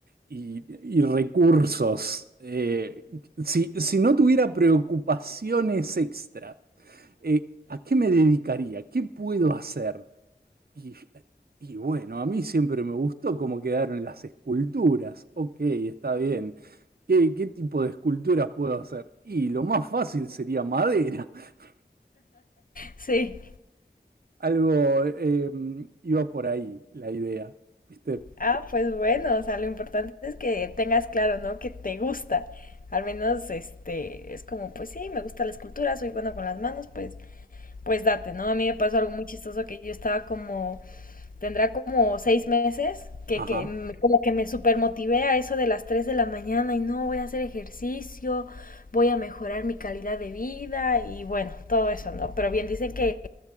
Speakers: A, on the right; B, on the left.
A: y- y recursos, eh, si, si no tuviera preocupaciones extra, eh, ¿a qué me dedicaría? ¿Qué puedo hacer? Y, y bueno, a mí siempre me gustó cómo quedaron las esculturas. Ok, está bien. ¿Qué, qué tipo de esculturas puedo hacer? Y lo más fácil sería madera. <laughs>
B: Sí.
A: Algo eh, iba por ahí la idea. ¿Viste?
B: Ah, pues bueno, o sea, lo importante es que tengas claro, ¿no? Que te gusta. Al menos, este, es como, pues sí, me gusta la escultura, soy bueno con las manos, pues, pues date, ¿no? A mí me pasó algo muy chistoso que yo estaba como tendrá como seis meses que,
A: Ajá.
B: que me- como que me super a eso de las 3 de la mañana y no voy a hacer ejercicio, voy a mejorar mi calidad de vida y bueno, todo eso, ¿no? Pero bien dicen que